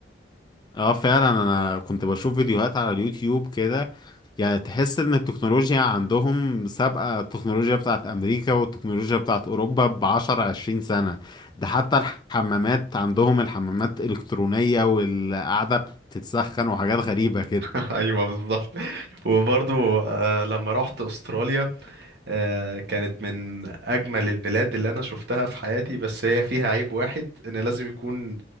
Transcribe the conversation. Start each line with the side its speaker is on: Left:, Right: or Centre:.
Left: اه فعلا انا كنت بشوف فيديوهات على اليوتيوب كده يعني تحس ان التكنولوجيا عندهم سابقة التكنولوجيا بتاعت امريكا والتكنولوجيا بتاعت اوروبا بعشر عشرين سنة ده حتى الحمامات عندهم الحمامات الكترونية والقعدة بتتسخن وحاجات غريبة كده
Right: <laughs> ايوه بالظبط وبرضو آه، لما رحت استراليا آه، كانت من أجمل البلاد اللي أنا شفتها في حياتي بس هي فيها عيب واحد إن لازم يكون